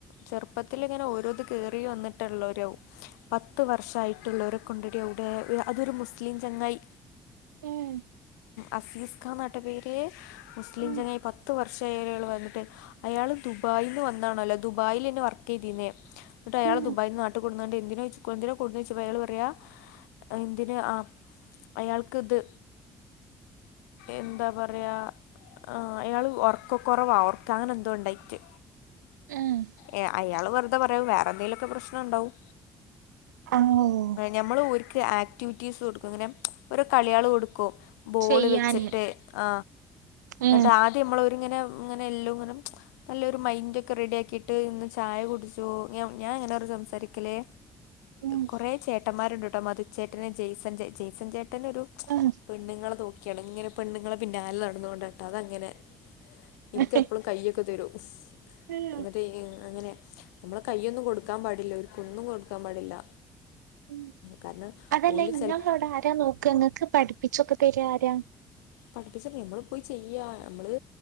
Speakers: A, on the left (about 70°); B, on the right (about 80°).
A: ചെറുപ്പത്തി ഇങ്ങനെ ഓരോത് കേയറി വന്നിട്ടുള്ളവരകവും പത്ത് വർഷയിട്ടുള്ളവരെ കൊണ്ടടി അവിടെ അതൊരു മുസ്ലിം ചങ്ങായി
B: ഉം
A: അസീസ് ഖാൻ എന്നട്ട പേര് മുസ്ലിം
B: ഉം
A: ചങ്ങായി പത്ത് വർഷം രികൾ വന്നിട്ട് അയാൾ ദുബായിൽ നിന്ന് വന്നാണല്ലോ ദുബായിൽ എന്നന്നെ വർക്ക് ചെയ്തിന്നേ എന്നിട്ട് അയാള
B: ഉം
A: ദുബായി്ന്ന് നാട്ടി കൊണ്ടുവന്നിട്ടു എന്തിനെ എന്തിന കൊന്ന് വെച്ചയാ പറയാ എന്തിന് ആ അയാൾക്ക് ഇത് എന്താ പറയാ ആ അയാള് ഉർക്കൊ കൊറവാ ഉറക്ക അങ്ങനെ എന്തോ ഉണ്ടായിട്ട്
B: ഏഹ്
A: ഏ അയാള് പറ എന്താ പറയാ വേറെന്തേലുമൊക്കെ പ്രശ്നം ഉണ്ടാവും
B: ആഹ് ഓഹ്
A: ഞമ്മൾ ഊര് ആക്ടിവിറ്റീസ് കൊടുക്കും അങ്ങനെ ഓരോ കളികൾ കൊടുക്കും ബോള്
B: ചെയ്യാന്
A: വെച്ചിട്ട് ആ
B: ഏഹ്
A: എന്നിട്ട് <inaudible> രിങ്ങനെ ഇങ്ങനെ എല്ലാം ഇങ്ങനെ നല്ലൊരു മൈൻഡ് ഒക്കെ റെഡി ആക്കിയിട്ട് ഇന്ന് ചായ കുടിച്ചു ഞാൻ ഇങ്ങനെ സംസാരിക്കലേ
B: ഉം
A: കുറെ ചേട്ടന്മാരുണ്ട്ട്ടോ മധു ചേട്ടൻ ജയ്സൺ ജയ്സൺ ചേട്ടൻ ചേട്ടനൊരു
B: ആഹ്
A: പെണ്ണുങ്ങളെ നോക്കിയാണ് ഇങ്ങനെ പെണ്ണുങ്ങളെ പിന്നാലെ അതോണ്ടാട്ടാ അതാ അങ്ങനെ എനിക്കെപ്പളും
B: ഏഹ്
A: കയ്യൊക്കെ തരും
B: ഏഹ്
A: എന്നിട്ട് അങ്ങനെ നമ്മള് കയ്യൊന്നും കൊടുക്കാൻ പാടില്ല ഒന്നും കൊടുക്കാൻ പാടില്ല
B: ഉം
A: കാരണം
B: അതല്ല
A: ഓല്
B: ഇങ്ങളവിടെ
A: സ്ഥലത്ത്
B: ആരാ നോക്കാ ഇങ്ങക്ക് പഠിപ്പിച്ചൊക്കെ തരാ ആരാ
A: <unintelligible> നമ്മള്